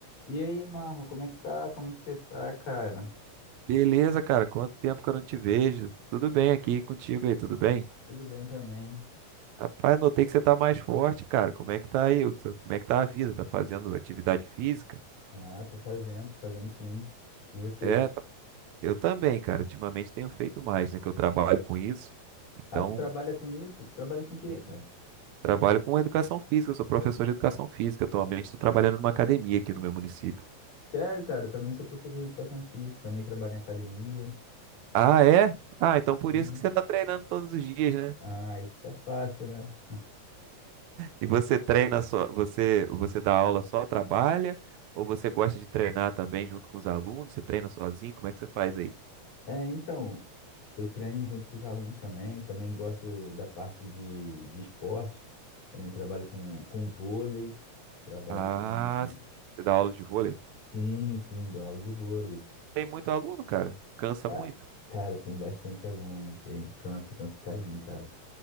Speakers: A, on the left; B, on the right.
A: E aí, Marlon, como é que tá? Como que você tá, cara?
B: Beleza, cara. Quanto tempo que eu não te vejo? Tudo bem aqui contigo aí, tudo bem?
A: Tudo bem também.
B: Rapaz, notei que você tá mais forte, cara. Como é que tá aí? Como é que tá a vida? Tá fazendo atividade física?
A: Ah, tô fazendo, tô fazendo sim. E você?
B: É, tá- eu também, cara. Ultimamente tenho feito mais, né? Que eu trabalho com isso. Então,
A: Ah, tu trabalha com isso? Tu trabalha com o quê,
B: Sim.
A: cara?
B: trabalho com educação física. Eu sou professor de educação física. Atualmente estou trabalhando numa academia aqui no meu município.
A: Sério, cara, eu também sou professor de educação física, também trabalho em academia.
B: Ah, é? Ah, então por
A: Sim.
B: isso que você tá treinando todos os dias, né?
A: Ah, aí fica fácil, né?
B: E você treina só, você, você dá aula só, trabalha? Ou você gosta de treinar também junto com os alunos? Você treina sozinho? Como é que você faz aí?
A: É, então, eu treino junto com os alunos também, também gosto da parte de, de esporte. também trabalho com, com vôlei, trabalho
B: Ah,
A: com...
B: você dá aula de vôlei?
A: Sim, sim, dou aula de vôlei.
B: Tem muito aluno, cara. Cansa
A: Ca-
B: muito.
A: Cara, tem bastante aluno, tem, cansa, cansa um cadinho, cara.